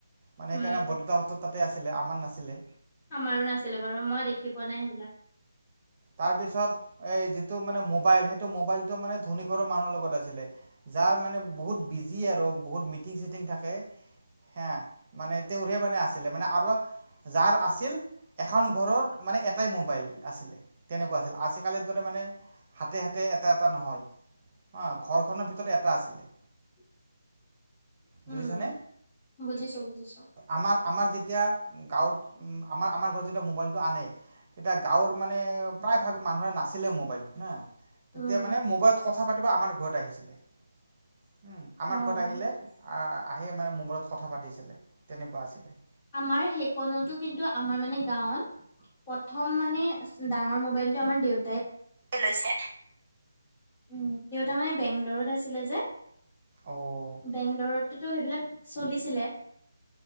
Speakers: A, on the right; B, on the left.
A: মানে
B: উম,
A: সেইকাৰণে বৰদেউতাহঁতৰ তাতে আছিলে আমাৰ নাছিলে।
B: আমাৰো নাছিলো বাৰু মই দেখি পোৱা নাই সেইবিলাক।
A: তাৰ পিছত এই যিটো মানে মোবাইল সেইটো মোবাইলটো মানে ধনীঘৰৰ মানুহৰ লগত আছিলে, যাৰ মানে বহুত বিজি আৰু বহুত মিটিং চিটিং থাকে। হেয়া মানে তেওঁৰহে মানে আছিলে মানে আৰু যাৰ আছিল এখন ঘৰত মানে এটাই মোবাইল আছিলে তেনেকুৱা আছিল আজিকালিৰ দৰে মানে হাতে হাতে এটা এটা নহয়, হা ঘৰখনৰ ভিতৰত এটা আছিলে।
B: <inaudible> উম,
A: বুজিছানে,
B: বুজিছো বুজিছো
A: আমাৰ আমাৰ যে যেতিয়া গাঁৱত আমাৰ আমাৰ ঘৰত যেতিয়া মোবাইলটো আনে তেতিয়া গাঁৱত মানে প্ৰায় ভাগ মানুহে নাছিলে মোবাইলটো হা তেতিয়া
B: উম,
A: মানে মোবাইলত কথা পাতিব আমাৰ ঘৰত আহিছিলে। উম আমাৰ
B: অ'।
A: ঘৰত আহিলে আহ আহি মানে মোবাইলত কথা পাতিছিলে, তেনেকুৱা আছিলে।
B: আমাৰ সেইকণতো কিন্তু আমাৰ মানে গাঁৱত প্ৰথম মানে ডাঙৰ মবাইলটো আমাৰ দেউ
A: <inaudible> লৈছে।
B: উম দেউতা মানে বেংলৰত আছিলে যে,
A: অঁ
B: বেংলৰত ত' সেইবিলাক চলিছিলে।